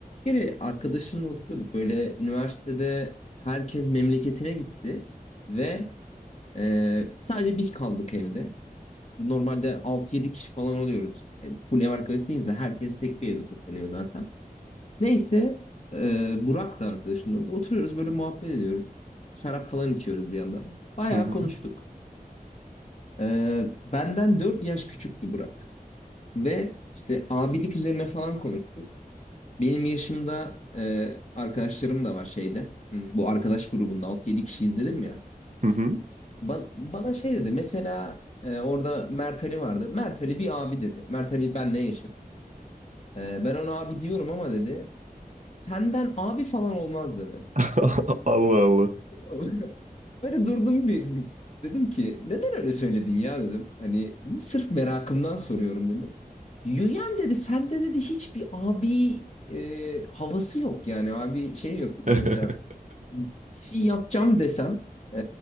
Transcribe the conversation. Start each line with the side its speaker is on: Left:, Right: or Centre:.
Left: Bir kere arkadaşımla oturuyorduk. Böyle üniversitede herkes memleketine gitti ve e, sadece biz kaldık evde. Normalde altı yedi kişi falan oluyoruz. E, full ev arkadaşı değiliz de herkes tek bir evde toplanıyor zaten. Neyse e, Burak da arkadaşımla da oturuyoruz böyle muhabbet ediyoruz. Şarap falan içiyoruz bir yandan. Bayağı
Right: Hı hı.
Left: konuştuk. E, benden 4 yaş küçüktü Burak. Ve işte abilik üzerine falan konuştuk. Benim yaşımda e, arkadaşlarım da var şeyde. Hmm, Bu arkadaş grubunda altı yedi kişiyiz dedim ya.
Right: Hı hı.
Left: Ba- bana şey dedi. Mesela e, orada Mert Ali vardı. Mert Ali bir abi dedi. Mert Ali benle yaşıt. E, ben ona abi diyorum ama dedi. Senden abi falan olmaz dedi.
Right: <laughs> Allah Allah.
Left: <laughs> Böyle durdum bir dedim ki neden öyle söyledin ya dedim. Hani sırf merakımdan soruyorum dedi. Yüyen dedi sende dedi hiçbir abi e, havası yok yani abi şey yok
Right: <laughs>
Left: dedi mesela bir şey yapacağım desem e,